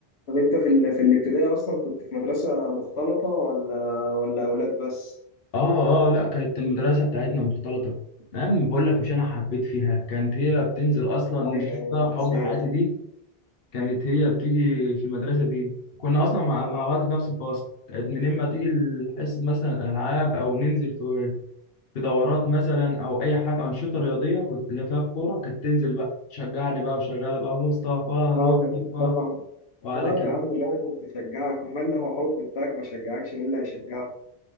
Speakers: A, on the left; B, on the left.
A: طب انت في ال... في الابتدائي اصلا كنت في مدرسة مختلطة ولا ولا اولاد بس
B: اه اه لا كانت المدرسه بتاعتنا مختلطه انا بقول لك مش انا حبيت فيها كانت هي بتنزل اصلا
A: ايوه أيوة،
B: حب
A: نسيت
B: حياتي دي كانت هي بتيجي في المدرسه دي كنا اصلا مع مع بعض في نفس الفصل كانت من اما تيجي حصه مثلا العاب او ننزل في في دورات مثلا او اي حاجه انشطه رياضيه كنت اللي فيها الكوره كانت تنزل بقى تشجعني بقى وشغاله بقى مصطفى
A: اه
B: مصطفى
A: أكيد طبعا
B: وعلى
A: اه
B: كده
A: يا عم لازم تشجعك امال لو حب بتاعك ما شجعكش مين اللي هيشجعك